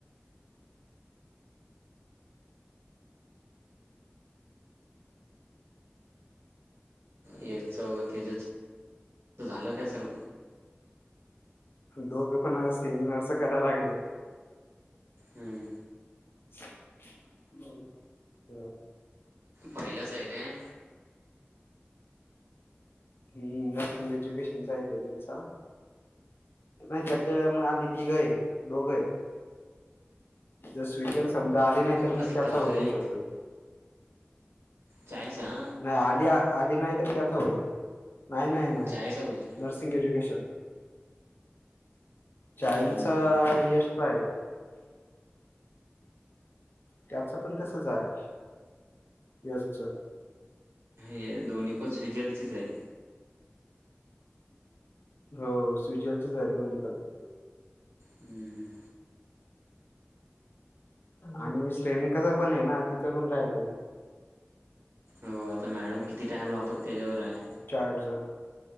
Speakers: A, on the right; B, on the left.
A: हे चौघ तेजच झालं काय सर्व?
B: दोघं पण सेमिनारच करायला लागलेत.
A: हम्म!
B: <unintelligible> बरं बरं.
A: पहिलाच आहे काय?
B: हम्म! नर्सिंग एज्युकेशनचा आहे तो जत चा नाही त्याच्या मग आधी तिघं आहेत दोघं आहेत. जर स्विगल समजा आली नाही? तर
A: कसला
B: मग त्याचा
A: होतोय
B: होऊ शकतो.
A: चान्स हा
B: नाही आली आली नाही तर, त्याच होईल. नाही नाही नाही,
A: चाळीचा बोलतो ना
B: नर्सिंग एज्युकेशन चायचा
A: हम्म
B: यश काय? त्याच पण तसच आहे यशचं.
A: हे दोन्ही पण स्विजलचीचं आहेत.
B: हो स्विजलचीचं आहे दोन्ही कडं.
A: हम्म हम्म.
B: आणि श्रमिकाचा पण आहे ना, तिचं पण राहिलय.
A: हो आता मॅडम किती टाइम लावतात त्याच्यावर आहे.
B: चार्ज